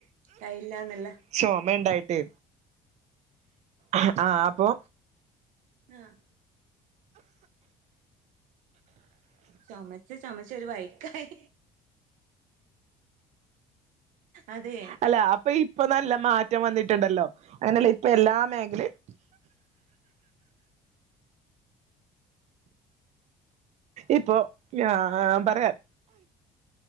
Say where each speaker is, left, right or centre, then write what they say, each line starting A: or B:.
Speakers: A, on the right (about 75°); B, on the right (about 55°).
A: കഴിയില്ലാന്നല്ല
B: ചോമ ഉണ്ടായിട്ടേ ആഹ് അപ്പൊ
A: ആഹ് ചൊമച്ച് ചൊമച്ച് ഒരു വഴിക്കായി അതേ
B: അല്ല അപ്പൊ ഇപ്പൊ നല്ല മാറ്റം വന്നിട്ടുണ്ടല്ലോ അങ്ങനെയല്ല ഇപ്പ എല്ലാ മേഖലയും ഇപ്പൊ ഞാൻ പറയാം